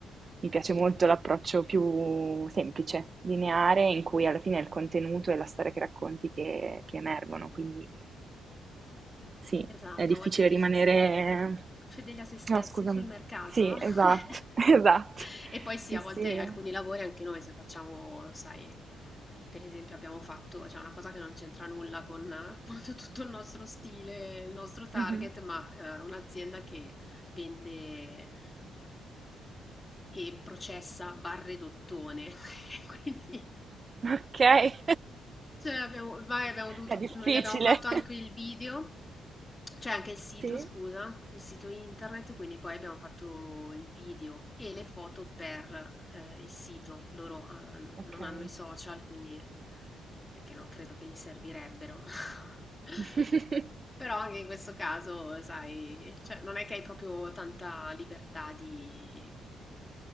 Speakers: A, on the right (about 35°); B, on the left (about 20°).
A: mi piace molto l'approccio più semplice, lineare, in cui alla fine è il contenuto e la storia che racconti che, che emergono, quindi sì,
B: esatto,
A: è difficile
B: a volte dif-
A: rimanere...
B: fedeli a se stessi
A: No, scusami.
B: sul mercato,
A: Sì,
B: no? <laughs>
A: esatto, <laughs> esatto.
B: E poi sì,
A: Sì,
B: a volte
A: sì.
B: alcuni lavori anche noi se facciamo, sai, per esempio abbiamo fatto, cioè una cosa che non c'entra nulla con eh, appunto tutto il nostro stile, il nostro target,
A: Mhm.
B: ma eh, un'azienda che vende eh, e processa barre d'ottone, <laughs> quindi
A: Ok. <laughs>
B: cioè abbiamo vai abbiamo dovuto
A: È difficile.
B: mhmm, gli abbiamo fatto anche il video, cioè anche il sito
A: Sì,
B: scusa, il sito internet, quindi poi abbiamo fatto il video e le foto per, ehm, il sito. Loro, ehm,
A: ok.
B: non hanno i social, quindi perché non credo che gli servirebbero. <laughs>
A: <laughs>
B: Però anche in questo caso, sai, cioè non è che hai proprio tanta libertà di mhmm,